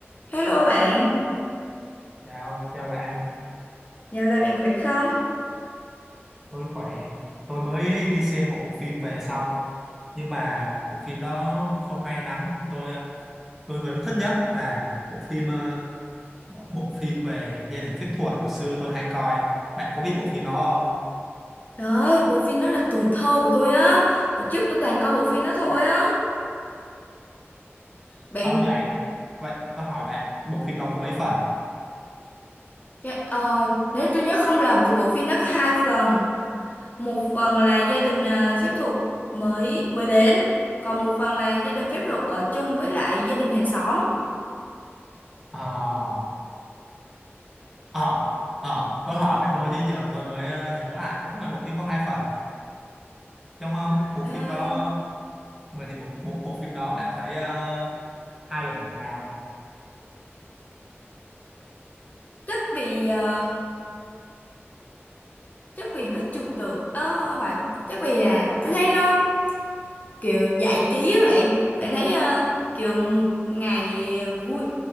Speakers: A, on the left; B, in the centre.
A: Hello bạn,
B: Chào, chào bạn,
A: dạo này bạn khỏe không?
B: tôi khỏe. Tôi mới đi xem một bộ phim về xong, nhưng mà bộ phim đó không hay lắm. Tôi ờ, tôi vẫn thích nhất là bộ phim ờ, bộ phim về gia đình phép thuật hồi xưa tôi hay coi. Bạn có biết bộ phim đó không?
A: Trời ơi, bộ phim đó là tuổi thơ của tôi á. Hồi trước tôi toàn coi bộ phim đó thôi á. Bạn,
B: Không vậy. Vậy tôi hỏi bạn, bộ phim đó có mấy phần?
A: dạ, ờ, nếu tôi nhớ không lầm thì bộ phim đó có hai phần. Một phần là gia đình à, phép thuật mới mới đến, còn một phần là gia đình phép thuật ở chung với lại gia đình hàng xóm.
B: Ờ, ờ, ờ, tôi hỏi vậy thôi chứ giờ tôi mới ờ, nhớ lại. Đúng là bộ phim có hai phần. Trong ờ,
A: Trời
B: bộ
A: ơi,
B: phim đó, vậy thì bộ, bộ bộ phim đó bạn thấy ờ, hay ở điểm nào?
A: chắc vì à, chắc vì nó trừu tượng, ờ, không phải, chắc vì là tôi thấy nó kiểu giải trí á bạn bạn thấy ờ, kiểu một ngày vui